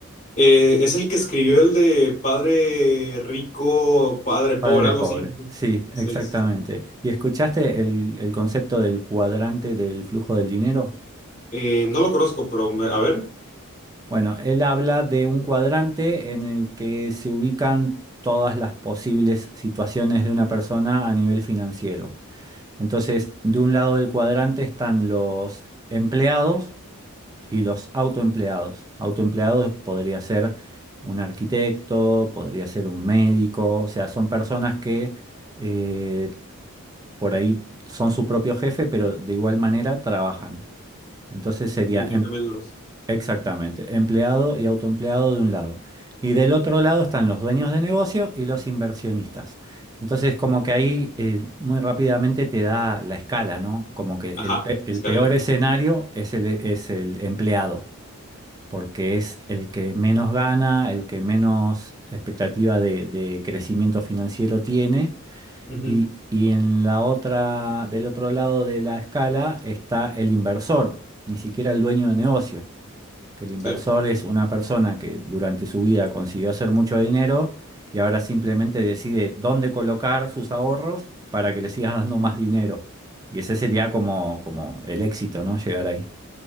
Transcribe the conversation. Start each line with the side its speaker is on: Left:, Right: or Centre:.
Left: Eh, es el que escribió el de padre rico, padre pobre,
Right: Padre
Left: algo
Right: pobre.
Left: así. ¿no?
Right: Sí, exactamente.
Left: Sí, sí, sí.
Right: ¿Y escuchaste el, el concepto del cuadrante del flujo del dinero?
Left: Eh, no lo conozco, pero me- a ver,
Right: Bueno, él habla de un cuadrante en el que se ubican todas las posibles situaciones de una persona a nivel financiero. Entonces, de un lado del cuadrante están los empleados, Y los autoempleados. Autoempleados podría ser un arquitecto, podría ser un médico, o sea, son personas que eh, por ahí son su propio jefe, pero de igual manera trabajan. Entonces sería
Left: intercambiándolos.
Right: em- exactamente empleado y autoempleado de un lado. Y del otro lado están los dueños de negocio y los inversionistas. Entonces, como que ahí eh, muy rápidamente te da la escala, ¿no? Como que
Left: Ajá,
Right: el, pe- el
Left: escalera.
Right: peor escenario es el, es el empleado porque es el que menos gana, el que menos expectativa de, de crecimiento financiero tiene.
Left: Ujú,
Right: Y, y en la otra, del otro lado de la escala está el inversor, ni siquiera el dueño de negocio, que el inversor
Left: Sí.
Right: es una persona que durante su vida consiguió hacer mucho dinero y ahora simplemente decide dónde colocar sus ahorros para que le sigas dando más dinero. Y ese sería como, como el éxito, ¿no? Llegar ahí.